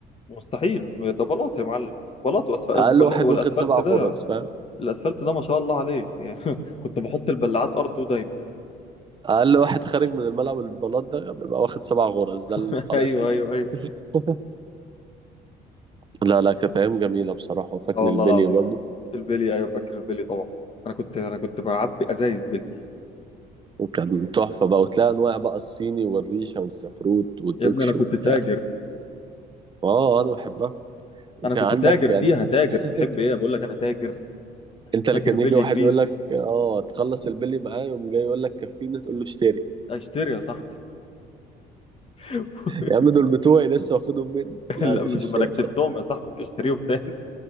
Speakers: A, on the left (about 35°); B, on the right (about 30°).
A: مستحيل ده بلاط يا معلم بلاط وأسفل...
B: أقل واحد
A: والاسفلت
B: واخد سبع
A: ده
B: غرز فاهم
A: الاسفلت ده ما شاء الله عليه <laughs> يعني كنت بحط البلاعات ار 2 دايما
B: اقل واحد خارج من الملعب البلاط ده بيبقى واخد سبع غرز ده
A: <laughs>
B: اللي طالع
A: ايوه
B: سليم
A: ايوه ايوه
B: <laughs> لا لا كانت ايام جميله بصراحه وفاكر
A: اه والله
B: البلي
A: العظيم
B: برضه
A: البيلي ايوه فاكر البيلي طبعا انا كنت انا كنت بعبي ازايز بيلي
B: وكان تحفه بقى وتلاقي انواع بقى الصيني والريشه والسفروت والدوكش
A: يا ابني انا كنت
B: وبتاع
A: تاجر
B: اه انا بحبها وكان
A: انا كنت
B: عندك
A: تاجر
B: يعني
A: فيها تاجر
B: <laughs>
A: بتحب ايه بقول لك انا تاجر
B: انت اللي
A: تاجر
B: كان
A: بلي
B: يجي واحد
A: كبير
B: يقول لك اه تخلص البلي معاه يقوم جاي يقول لك كفيني تقول له اشتري
A: اشتري يا صاحبي <laughs>
B: يا عم دول بتوعي لسه واخدهم مني لا
A: لا
B: يا باشا
A: مش
B: اشتري
A: ما انا كسبتهم
B: خلاص
A: يا صاحبي كنت اشتريهم تاني